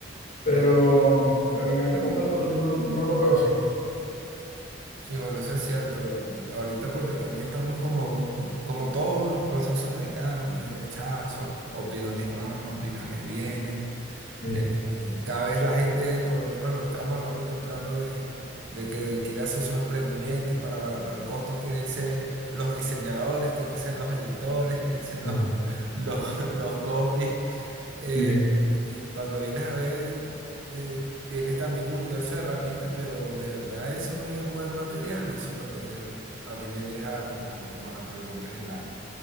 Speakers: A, on the left (about 40°); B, on the right (about 80°).
A: pero,
B: Bueno,
A: pero en este momento yo no, no lo veo así.
B: sí, bueno, eso es cierto. El- ahorita porque también estamos como en un, como todos los procesos de cambio, hay rechazos, opiniones van, opiniones vienen.
A: Sí,
B: Eh, eh, cada vez la gente, por lo menos lo que estábamos hablando temprano de, de que quiere hacer sus emprendimientos y para abaratar costos quieren ser los diseñadores, quieren ser los editores, quieren ser
A: sí,
B: los, <laughs> los, los copies. Eh,
A: sí.
B: y cuando vienes a ver, eh, tienes también un universo de herramientas, pero de verdad eso es buen material. Eso es lo que a mí me deja como, como la pregunta en el aire.